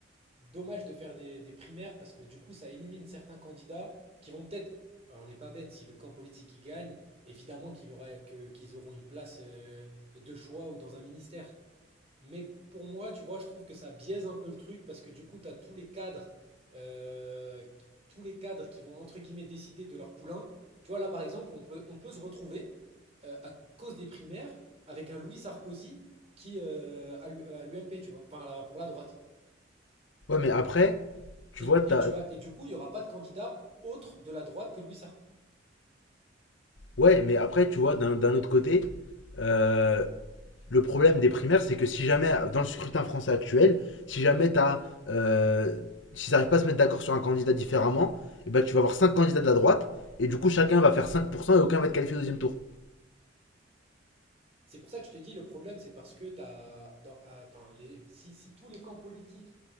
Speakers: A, on the right; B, on the left.
A: dommage de faire des, des primaires parce que du coup ça élimine certains candidats qui vont peut-être alors, on n'est pas bête si le camp politique y gagne, évidemment qu'il aura que qu'ils auront une place euh, de choix ou dans un ministère. Mais pour moi, tu vois, je trouve que ça biaise un peu le truc parce que du coup, tu as tous les cadres, euh, tous les cadres qui vont entre guillemets décider de leur poulain. Tu vois, là par exemple, on peut, on peut se retrouver euh, à cause des primaires avec un Louis Sarkozy qui euh, à l'U- à l'UMP, tu vois, enfin à la- pour la droite.
B: Ouais, mais après, tu
A: Et,
B: vois, t'as.
A: et tu vas, et du coup, il n'y aura pas de candidat autre de la droite que Louis Sarkozy.
B: Ouais, mais après, tu vois, d'un d'un autre côté, euh, le problème des primaires, c'est que si jamais, dans le scrutin français actuel, si jamais t'as. euh, S'ils n'arrivent pas à se mettre d'accord sur un candidat différemment, et ben tu vas avoir 5 candidats de la droite, et du coup, chacun va faire 5% et aucun va être qualifié au deuxième tour.
A: C'est pour ça que je te dis, le problème, c'est parce que t'as, dans- ah, enfin, les, si, si tous les camps politiques